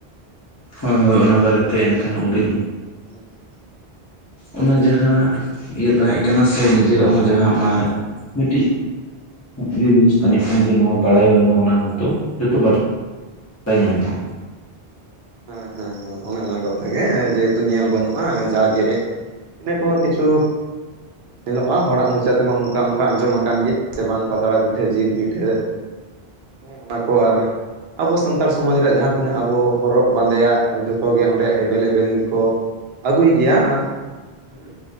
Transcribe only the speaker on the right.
<inaudible>
ᱦᱮᱸ ᱦᱮᱸ ᱦᱮᱸ ᱚᱱᱮ ᱚᱱᱟ ᱠᱟᱛᱷᱟ ᱜᱮ ᱡᱮᱦᱮᱛᱩ ᱧᱮᱞ ᱵᱟᱹᱱᱩᱜ-ᱟ ᱡᱟᱜᱮ ᱤᱱᱟᱹ ᱠᱚᱦᱚᱸ ᱠᱤᱪᱷᱩ ᱧᱮᱞᱚᱜ-ᱟ ᱦᱚᱲᱟᱜ ᱢᱚᱪᱟ ᱛᱮᱢᱟ ᱚᱱᱠᱟ ᱚᱱᱠᱟ ᱟᱸᱡᱚᱢ ᱟᱠᱟᱱ ᱜᱮᱭᱟ ᱥᱮ ᱵᱟᱝ ᱯᱟᱛᱲᱟ ᱯᱤᱴᱷᱟᱹ, ᱡᱤᱞ ᱯᱤᱴᱷᱟᱹ, ᱦᱮᱸ ᱚᱱᱟ ᱠᱚ ᱟᱨ ᱟᱵᱚ ᱥᱟᱱᱛᱟᱲ ᱥᱚᱢᱟᱡᱽ ᱨᱮᱭᱟᱜ ᱡᱟᱦᱟᱸ ᱛᱤᱱᱟᱹᱜ ᱟᱵᱚ ᱦᱚᱨᱚᱜ ᱵᱟᱸᱫᱮᱭᱟᱜ ᱡᱚᱛᱚ ᱜᱮ ᱚᱸᱰᱮ ᱮᱵᱮᱞ ᱮᱵᱮᱞ ᱠᱚ ᱟᱹᱜᱩᱭ ᱜᱮᱭᱟ ᱦᱩᱸ